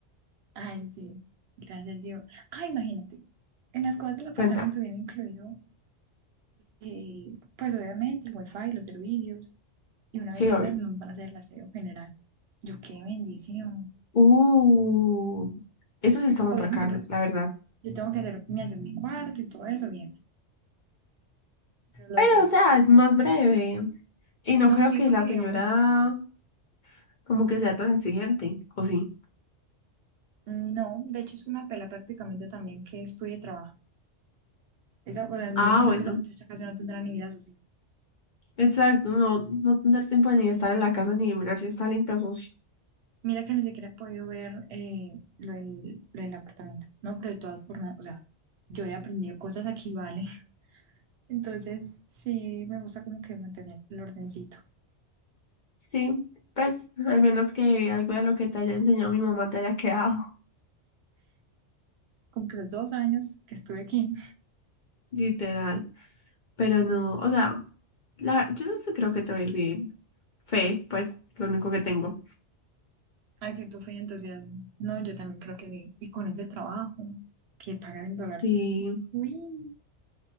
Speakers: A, on the right (about 70°); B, on the left (about 45°).
A: Ay, sí. Gracias, Dios. Ah, imagínate. En las cosas del apartamento
B: Cuenta.
A: viene incluido, eh, pues obviamente, el wifi, los servicios. Y una
B: Sí,
A: vez al
B: obvio.
A: mes nos van a hacer el aseo general. Yo, qué bendición.
B: Uh, eso sí está muy
A: Obviamente,
B: bacano,
A: pues
B: la verdad.
A: yo tengo que hacer mi aseo en mi cuarto y todo eso, bien. Pero lo
B: Pero,
A: de.
B: o sea, es más breve. Y no
A: No,
B: creo
A: sí,
B: que
A: porque
B: la señora
A: digamos,
B: como que sea tan exigente, ¿o sí?
A: mm, no, de hecho es una pela prácticamente también que estudie y trabaja. Esa, o sea,
B: Ah,
A: yo imagino
B: bueno.
A: que esa muchacha casi no tendrá ni vida social.
B: Exacto, no, no tener tiempo de ni estar en la casa ni de mirar si está limpio socio.
A: Mira que ni siquiera he podido ver eh, lo del, lo del apartamento. No, pero de todas formas, o sea, yo he aprendido cosas aquí, ¿vale? <laughs> Entonces, sí, me gusta como que mantener el ordencito.
B: Sí, pues, al menos que algo de lo que te haya enseñado mi mamá te haya quedado,
A: Como que los dos años que estuve aquí,
B: <laughs> literal. Pero no, o sea, la, yo no sé, creo que te va a ir bien. Fe, pues, lo único que tengo.
A: <laughs> actitud fue entusiasmo. No, yo también creo que sí. Y con ese trabajo, que pagan el dolarcito.
B: Sí.
A: Uy.